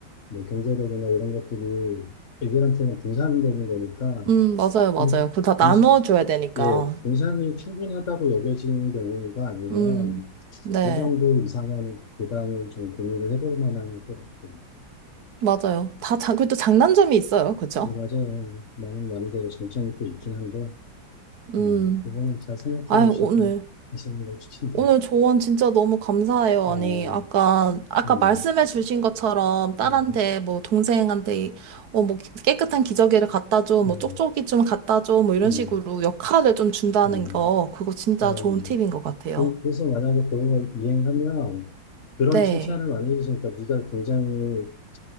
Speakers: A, on the left; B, on the right.
A: 뭐 경제력이나 이런 것들이 애들한테는 분산되는 거니까
B: 음, 맞아요, 맞아요.
A: 분,
B: 그거 다 나눠줘야
A: 분,
B: 되니까.
A: 예, 분산이 충분하다고 여겨지는 경우가 아니면
B: 음, 네.
A: 이 정도 이상은 부담을 좀 고민을 해볼 만한 것 같아요.
B: 맞아요. 다, 자, 그래도 장단점이 있어요. 그죠?
A: 맞아요. 많은 많은 데로 장점이 또 있긴 한데
B: 음.
A: 음, 그거는 잘 생각해
B: 아유,
A: 보시고
B: 오늘.
A: 하시는 걸 추천드립니다.
B: 오늘 조언 진짜 너무 감사해요.
A: 어,
B: 아니, 아까, 아까
A: 음,
B: 말씀해 주신 것처럼 딸한테,
A: 음,
B: 뭐, 동생한테, 어, 뭐, 깨끗한 기저귀를 갖다 줘, 뭐,
A: 어,
B: 쪽쪽이 좀 갖다 줘, 뭐, 이런
A: 음,
B: 식으로 역할을 좀 준다는
A: 음,
B: 거, 그거 진짜
A: 어.
B: 좋은 팁인 것 같아요.
A: 그- 그래서 만약에 그런 걸 이행하면 그런
B: 네.
A: 칭찬을 많이 해주시니까 네가 굉장히